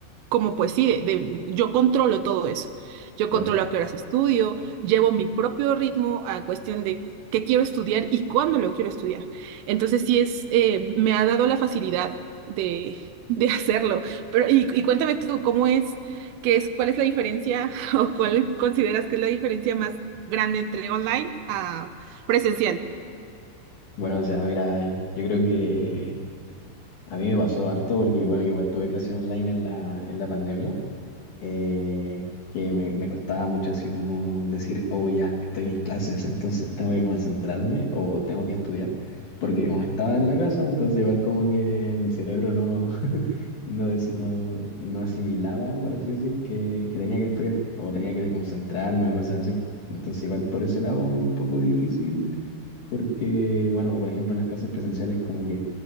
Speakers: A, on the right; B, on the left.
A: como pues sí, de, de- yo controlo todo eso. Yo
B: Claro.
A: controlo a qué horas estudio, llevo mi propio ritmo a cuestión de qué quiero estudiar y cuándo lo quiero estudiar. Entonces sí es, eh, me ha dado la facilidad de, de hacerlo. Pero, y, y cuéntame tú, ¿cómo es, qué es, cuál es la diferencia <laughs> o cuál consideras que es la diferencia más grande entre online a presencial?
B: Bueno, o sea, mira, eh, yo creo que A mí me pasó harto porque, bueno, yo igual tuve clases online en la, en la pandemia, eh, que me, me costaba mucho así como decir, oh, ya, estoy en clases, entonces tengo que concentrarme o tengo que estudiar, porque como estaba en la casa, entonces igual como que mi cerebro no, <laughs> no, deci- no, no asimilaba, por así decir, que, que tenía que estudiar o tenía que concentrarme o cosas así. Entonces igual por ese lado un poco difícil porque, bueno, por ejemplo, las clases presenciales como que